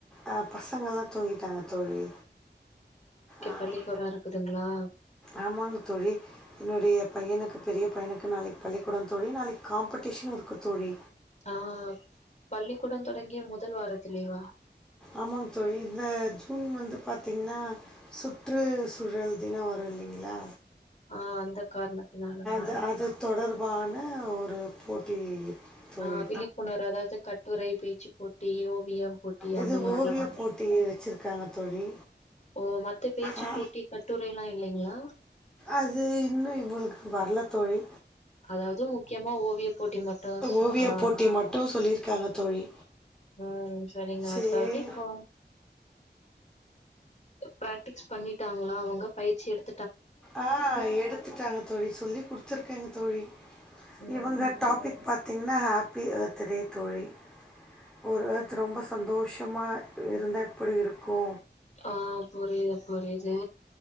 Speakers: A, in the centre; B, on the left (about 40°).
A: அஹ், பசங்கெல்லாம் தூங்கிட்டாங்க தோழி ஆம்
B: பள்ளிக்கூடோ இருக்குதுங்களா
A: ஆமாங்க தோழி என்னுடைய பையனுக்கு பெரியப் ப்ப எனக்கு நாளைக் பள்ளிக்கூடந் தோழி நாளைக் காம்ப்படிஷ்னு இருக்கு தோழி
B: ஆ பள்ளிக்கூடோ தொடங்கிய முதல் வாரத்திலேவா
A: ஆமாங் தோழி இந்த ஜூன் வந்துப் பாத்திங்ன்னா சுற்றுசூழல் தினொ வரு இல்லிங்ளா
B: ஆஹ் அந்தக் காரணத்துனாலங்க
A: து அது தொடர் வான ஒரு போட்டி தோழி
B: ஆ விழிப்புணர்வு அதாவது கட்டுரை பேச்சு போட்டி ஓவியம் போட்டி
A: இது
B: அந்த மாதிரிங்களா
A: ஓவியப் போட்டி வெச்சிருக்காங்ளா தொழி
B: ஓ மத்த பேச்சு
A: அ
B: போட்டி கட்டுரைல்லா இல்லைங்களா
A: அது இன்னு இவுளுக்கு வர்லத் தோழி
B: அதாவ்து முக்கியமா ஓவிய போட்டி மட்டு ச
A: ஓவிய
B: ஆ
A: போட்டி மட்டும் சொல்லியிருக்காங்க தோழி
B: ம் சரிங்க
A: சரி
B: அடுத்தாவதி இப்போ பிராக்டிக்ஸ் பண்ணிட்டாங்ளா அவுங்க பயிற்சி எடுத்
A: ஆ எடுத்துட்டாங்க தோழி சொல்லி குடுத்துருக்கேங்க தோழ் <unintelligible>
B: ம்
A: இவங்க டாபிக் பாத் திங்னா ஹேப்பி ஏத் த்துதே தோழி ஒரு வத் ரொம்ப ஸ் அந்தோஷமா இருந்தா எப்பிடி இருக்கூ
B: ஆ புரியிது புரியிது